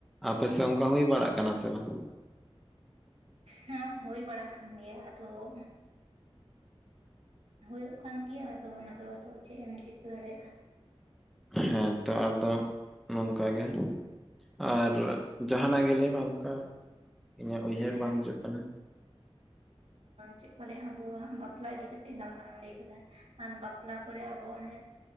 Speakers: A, in the centre; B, on the right.
A: ᱟᱯᱮᱥᱮᱜ ᱚᱱᱠᱟ ᱦᱳᱭ ᱵᱟᱲᱟᱜ ᱠᱟᱱᱟ ᱥᱮ ᱵᱟᱝ
B: ᱦᱮᱸ ᱦᱳᱭ ᱵᱟᱲᱟ ᱟᱠᱟᱱ ᱜᱮᱭᱟ ᱟᱫᱚ ᱦᱳᱭᱳᱜ ᱠᱟᱱ ᱜᱮᱭᱟ ᱟᱫᱚ ᱚᱱᱟ ᱫᱚ ᱟᱫᱚ ᱪᱮᱫ ᱮᱢ ᱪᱤᱠᱟᱹ ᱫᱟᱲᱮᱭᱟᱜᱼᱟ
A: ᱦᱮᱸᱛᱚ ᱟᱫᱚ ᱱᱚᱝᱠᱟ ᱜᱮ ᱟᱨ ᱡᱟᱦᱟᱱᱟᱜ ᱜᱮ ᱞᱟᱹᱭ ᱢᱮ ᱚᱱᱠᱟ ᱤᱧᱟᱹᱜ ᱩᱭᱦᱟᱹᱨ
B: ᱦᱮᱸ
A: ᱵᱟᱝ ᱦᱤᱡᱩᱜ ᱠᱟᱱᱟ
B: ᱪᱮᱫ ᱠᱚ ᱞᱟᱹᱭᱟ ᱟᱵᱚᱣᱟᱜ ᱵᱟᱯᱞᱟ ᱤᱫᱤ ᱠᱟᱛᱮᱜ ᱜᱟᱞᱢᱟᱨᱟᱣ ᱮᱢ ᱞᱟᱹᱭ ᱠᱟᱫᱟ ᱟᱨ ᱵᱟᱯᱞᱟ ᱠᱚᱨᱮ ᱟᱵᱚ ᱚᱱᱟ